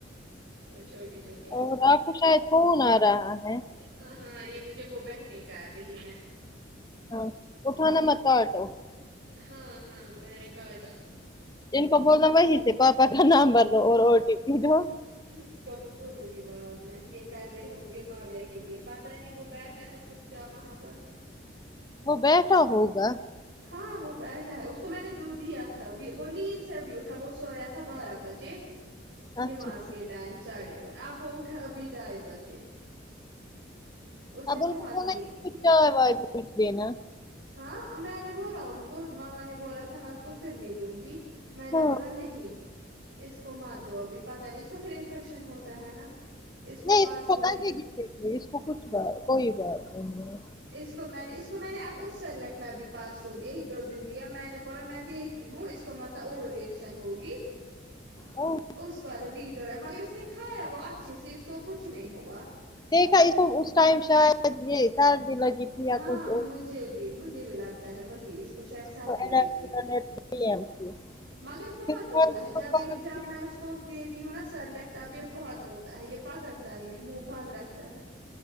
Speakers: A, on the right; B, on the left.
A: وہ چھوٹی چھوٹی ہوگی
B: اور آپ کو شاید فون آ رہا ہے
A: ہاں ہاں یہ مجھے وہ بہنے کار رہی ہے
B: ہاں اٹھانا مت کاٹو
A: ہاں ہاں میں نے کاٹا
B: ان کو بولنا وہی سے پاپا کا نامبر دو اور او ٹی پی دو
A: ؀میں تو بولنگی بعد میں یہ کر رہے ہوں گے ماویا کے لیے پتا نہیں وہ بیٹھا ہے چپ چاپ وہاں پر
B: وہ بیٹھا ہوگا
A: ہاں وہ بیٹھا ہے اس کو میں نے دودھ دیا تھا ابھی وہ نیند سے ابھی اٹھا وہ سویا تھا بارہ بجے
B: اچھا
A: نماز
B: ٹھیک،
A: کے ٹائم ساڑھے بارہ اہ وہ اٹھا ابھی ڈھائی بجے اس نے
B: اب ان
A: بہت
B: کو بولنا
A: نیند
B: انکو
A: کی
B: چائے وائے پوچ دینا
A: ہاں میں نے بولا ان کو مما نے بولا تھا میں اس کو پھر نہیں دوں گی میں
B: ہاں
A: نے بولا نہیں اس کو مات دو ابھی پتا نہیں اس کو پھر انفیکشن ہوتا ہے نا اس کو
B: نہیں
A: پارسو
B: لگے
A: بھی
B: گی اس کو کچھ بات کوئی بات نہیں ہے
A: اس کو میں نے اس کو میں نے اب اس سیریلک میں ابھی پارسو ایک دو دن دیا میں نے بولا میں دیکھ ہوں اس کو مطلب اور ریکشن ہوگی
B: ہاں
A: اس والے وٹر ہے مگر اس نے کھایا وہ اچھے سے اس کو کچھ نہیں ہوا
B: دیکھا اس ٹائم شاید یہ سردی لگی تھی یا
A: ہاں
B: کچھ
A: مجھے
B: اور
A: بھی مجھے بھی لگتا ہے وہی اس اس کو شاید سردی
B: تو الرجی
A: لگی تھی
B: والے تھی
A: مگر بہت
B: پھر کھانسی
A: روتا ہے
B: کو
A: جب
B: فرق
A: بھی جب
B: نہیں
A: میں اس کو دتی ہوں نا سیریلک تب یہ بہت روتا ہے یہ پکڑتا ہی نہیں منہ بند رکھتا ہے